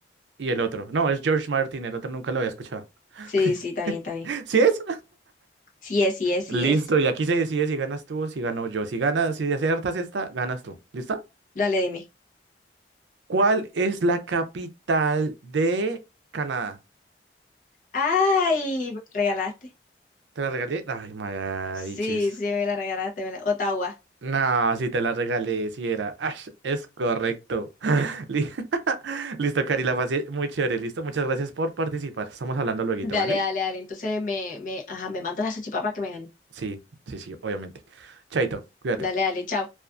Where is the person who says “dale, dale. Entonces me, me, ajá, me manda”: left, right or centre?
Left